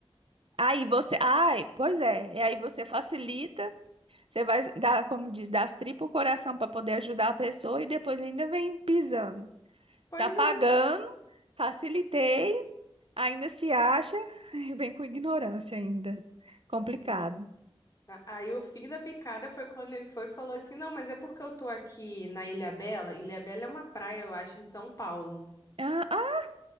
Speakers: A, on the right; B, on the left.
A: Aí você. Ai, pois é. E aí você facilita, você vai dar, como diz, dar as tripas o coração pra poder ajudar a pessoa e depois ainda vem pisando.
B: Pois
A: Tá pagando,
B: é.
A: facilitei, ainda se acha, <laughs> vem com ignorância ainda. Complicado.
B: Hum. A- Aí o fim da picada foi quando ele foi e falou assim: "Não, mas é porque eu tô aqui na Ilha Bela. Ilha Bela é uma praia, eu acho, em São Paulo."
A: Ah, ah,